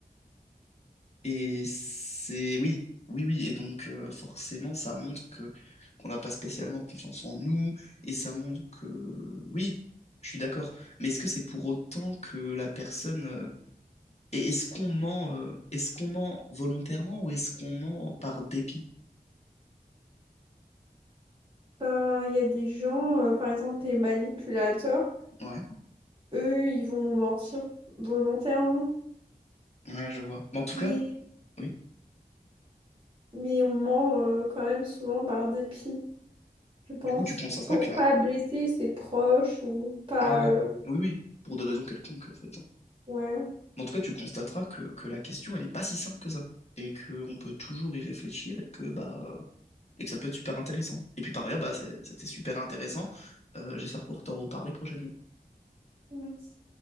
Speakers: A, on the left (about 45°); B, on the right (about 35°).
A: Et c'est oui, oui, oui. Et donc euh, forcément, ça montre que qu'on n'a pas spécialement confiance en nous, et ça montre que oui, je suis d'accord. Mais est-ce que c'est pour autant que la personne euh, et est-ce qu'on ment, euh, est-ce qu'on ment volontairement ou est-ce qu'on ment par dépit?
B: Ben, il y a des gens, euh, par exemple des manipulateurs,
A: Ouais,
B: eux, ils vont mentir volontairement.
A: ouais, je vois. Mais en tout
B: Et
A: cas, oui.
B: Mais on ment euh, quand même souvent par dépit, je pense.
A: Du coup, tu constateras
B: Pour
A: que la
B: pas blesser ses proches ou pas...
A: ouais, ouais,
B: euh,
A: oui, oui, pour des raisons quelconques en fait. hein.
B: Ouais,
A: Mais en tout cas, tu constateras que, que la question, elle est pas si simple que ça. Et qu'on peut toujours y réfléchir et que bah et que ça peut être super intéressant. Et puis par ailleurs, bah, c'est- c'était super intéressant. Euh, j'espère pouvoir t'en reparler prochainement.
B: merci.